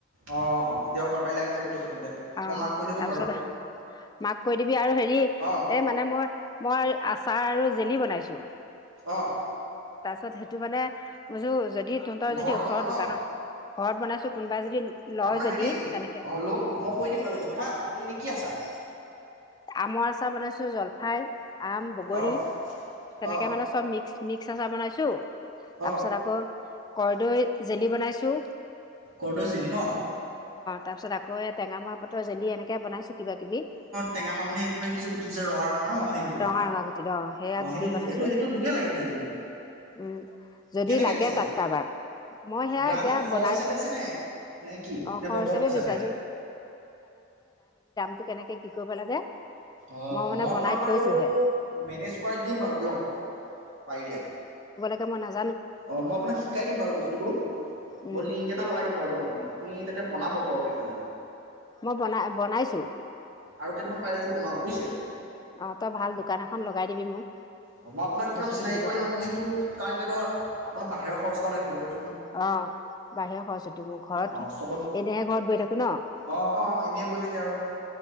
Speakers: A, on the right; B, on the left.
A: অ দেওবাৰ কাইলৈ আহি। যাব দিয়ক তেন্তে
B: অ
A: মই মাক কৈ থৈ দিম
B: তাৰপিছত
A: বাৰু
B: মাক কৈ দিবি আৰু হেৰি এ
A: অ'
B: মানে মই মই আছ। চাহ আৰু জেলি বনাইছোঁ।
A: অ'
B: তাছত সেইটো মানে। বুজো। দি তহঁতৰ
A: ঘৰত
B: যদি ওচৰৰ
A: বনোৱা ন
B: দোকান ঘৰত বনাইছো কোনোবাই যদি লয়
A: আপোনাৰ
B: যদি
A: হেৰি
B: তেনেকে।
A: অ' ল'ম মই কৈ দিম বাৰু এইটো কথা আপুনি এনে কি আছাৰ।
B: আমৰ আচাৰ বনাইছো জলফাই। আম বগৰী
A: অ'
B: তেনেকে
A: অ'
B: মানে চব মিক্স। মিক্স আচাৰ বনাইছোঁ। তাৰ
A: অ'
B: পিছত আকৌ কৰ্দৈ জেলি বনাইছো। তো।
A: কৰৰ্দৈ জিলি ন।
B: তাৰ পিছ আকৌ এ টেঙা মৰা পাতৰ জেলি এনেকে বাইছো। কিবা কিবি।
A: টেঙা মা মানে আপুনাৰ এইটো সেইটো যে গুটিটো যে ৰঙা ৰঙা ন সেইটো
B: ৰঙা ৰঙা গুটিত অ সেয়া
A: অঁ
B: গুটি
A: সেইটো
B: বনাইছো
A: সেইটো সেইটো ধুনীয়া লাগেটো জেলিটো
B: উম যদি
A: কেনেকৈ
B: লাগে
A: দিছে।
B: তাত কাৰোবাক মই সেয়া
A: গ্ৰাম
B: এতিয়া
A: শ
B: বনাই
A: হিচাপে দিছেনে নে নে কি
B: অ
A: নে
B: সহ
A: বটল হিচাপে।
B: বিচাৰিছো তো কেনেকে। কি কৰিব লাগে।
A: অ
B: মানে
A: মই
B: বনাই
A: আপোনাক বাৰু
B: থৈছোঁহে
A: মেনেজ কৰাই দিম বাৰু দিয়ক পাৰিলে।
B: কিয় মই নাজ
A: অ মই আপোনাক শিকাই দিম বাৰু বস্তুটো
B: উম,
A: মই লিংক এটা লগাই দিম বাৰু দিয়ক আপুনি আপুনি বনাব। সৰহকে খালি
B: মই বনাই বনাইছোঁ
A: আৰু কেইটামান পাৰে যদি বনাওক বুইছে।
B: অঁ তই ভাল দোকান এখন লগাই দিবি মোক
A: অ মই আপোনাক
B: বস্তুখিনি
A: একম চিনাকি
B: দিবৰ
A: কৰিম
B: কাৰণে
A: আপুনি সেইটো কাৰণ কি ধৰ। সেৰ খৰছ এটা লাগিব দেই
B: অ বাহিৰৰ খৰচ এইটো মোৰ ঘৰত
A: অ' চবক
B: এনেহে ঘৰত বহি থাকো ন।
A: অঁ অঁ এনেই বহি থাকে আৰু